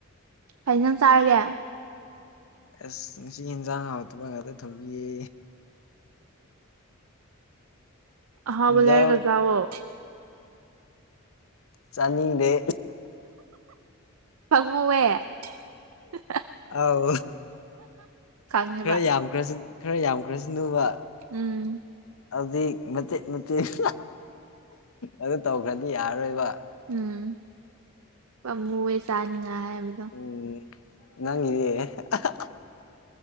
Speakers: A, on the right; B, on the left.
A: ꯀꯩꯟꯖꯥꯡ ꯆꯥꯔꯒꯦ
B: ꯑꯁ ꯉꯁꯤ ꯌꯦꯟꯖꯥꯡ ꯍꯥꯥꯎꯇꯕ ꯉꯥꯛꯇ ꯊꫭꯡꯕꯤꯌꯦ
A: ꯑꯍꯥꯎꯕ
B: ꯏꯟꯖꯥꯡ
A: ꯂꯩꯔꯒ ꯆꯥꯎꯋꫭ
B: ꯆꯥꯅꯤꯡꯗꯦ
A: ꯐꯪꯃꯧꯋꯦ <unintelligible>
B: ꯑꯥꯎ
A: ꯈꯪꯉꯦꯕ
B: ꯈꯔ ꯌꯥꯝꯈ꯭ꯔꯁꯨ ꯈꯔ ꯌꯥꯝꯈ꯭ꯔꯁꯨꯅꯨꯕ
A: ꯎꯝ
B: ꯍꯧꯛ ꯃꯆꯦꯠ ꯃꯆꯦꯠ ꯑꯗꯨ ꯇꯧꯈ꯭ꯔꯗꯤ ꯌꯥꯔꯔꯣꯏꯕ
A: ꯎꯝ ꯄꯥꯃꯨꯏꯌꯦ ꯆꯥꯅꯤꯉꯥꯏ ꯍꯥꯏꯕꯗꯣ
B: ꯎꯝ ꯅꯪꯒꯤꯗꯤ ꯑꯍ